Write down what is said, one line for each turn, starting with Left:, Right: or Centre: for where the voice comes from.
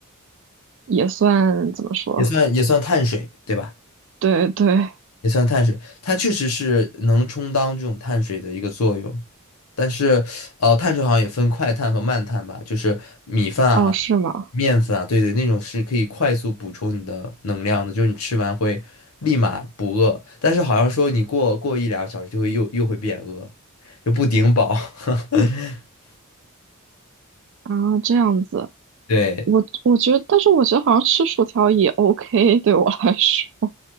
Right: 也算怎么说？
Left: 也算也算碳水，对吧？
Right: 对对，
Left: 也算碳水，它确实是能充当这种碳水的一个作用，但是，呃，碳水好像也分快碳和慢碳吧，就是米饭啊、
Right: 哦，是吗？
Left: 面粉啊，对对，那种是可以快速补充你的能量的，就是你吃完会立马不饿，但是好像说你过过一两个小时就会又又会变饿，就不顶饱。<laughs>
Right: 啊，这样子，
Left: 对，
Right: 我我觉得，但是我觉得好像吃薯条也 OK，对我来说。